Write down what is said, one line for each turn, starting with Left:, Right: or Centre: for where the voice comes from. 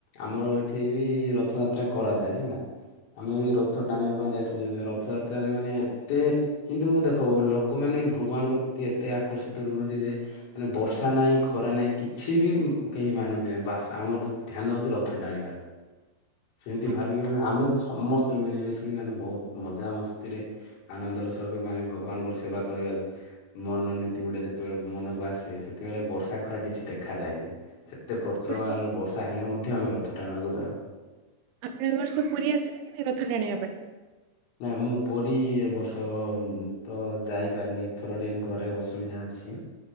Left: ଆମର ଏଠିବି ରଥଯାତ୍ରା କରାଯାଏ ହେଲା ଆମେବି ରଥ ଟାଣିବା ପାଇଁ ଯାଇଥିଲୁ ଆମେ ରଥଯାତ୍ରାରେ ମାନେ ଏତେ କିନ୍ତୁ ଦେଖ ଲୋକମାନେ ଭଗବାନଙ୍କ ପ୍ରତି ଏତେ ଆକର୍ଷିତ ରୁହନ୍ତିଯେ ମାନେ ବର୍ଷାନାହିଁ ଖରାନାହିଁ କିଛିବି କେହି ମାନନ୍ତି ନାହିଁ ବାସ୍ ଆମର ଧ୍ୟାନ ହେଉଚି ରଥ ଟାଣିବାର ସେମତି
Right: ଆଜ୍ଞା
Left: ଭାବିକି ମାନେ ଆମେବି ସମସ୍ତେ ମିଳିମିଶିକି ମାନେ ବହୁତ୍ ମଜାମସ୍ତିରେ ଆନନ୍ଦର ସହିତ ମାନେ ଭଗବାନଙ୍କର ସେବା କରିବାବି ମନନୀତି ଗୁଟେ ଯେତେବେଳେ ମନକୁ ଆସେ ସେତେବେଳେ ବର୍ଷା ଖରା କିଛି ଦେଖାଯାଏନି ସେତେ ଏତେ ପ୍ରଚୁରମାନରେ
Right: ଆପଣ ଏ ବର୍ଷ
Left: ବର୍ଷା ହେଲେ ମଧ୍ୟ ଆମେ ରଥ ଟାଣିବାକୁ ଯାଉ।
Right: ଆପଣ ଏବର୍ଷ ପୁରୀ ଆସିବେକି ନାଇଁ ରଥ ଟାଣିବା ପାଇଁ?
Left: ନା ମୁଁ ପୁରୀ ଏବର୍ଷତ ଯାଇପାରିନି ଏଥର ଟିକେ ଘରେ ଅସୁବିଧା ଅଛି।